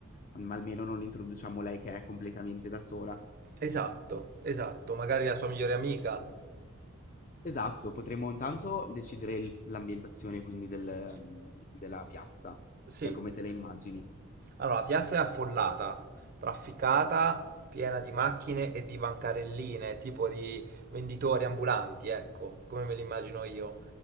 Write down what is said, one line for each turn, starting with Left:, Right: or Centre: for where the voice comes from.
Left: ma almeno non introduciamo lei che è completamente da sola.
Right: esatto, esatto. Magari la sua migliore amica.
Left: Esatto, potremmo intanto decidere il- l'ambientazione quindi del,
Right: S-
Left: mm, della piazza,
Right: sì.
Left: cioè come te la immagini.
Right: Allora, la piazza è affollata, trafficata, piena di macchine e di bancarelline, tipo di venditori ambulanti, ecco, come me li immagino io.